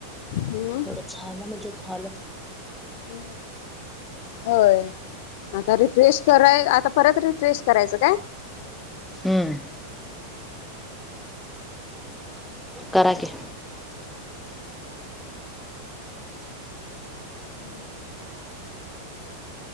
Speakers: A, on the left; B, in the centre.
A: मग.
B: एवढं झालं म्हणजे झाल.
A: हम्. होय आता रिफ्रेश कराय आता परत रिफ्रेश करायचं काय.
B: हम्म करा कि.
A: हम् हम्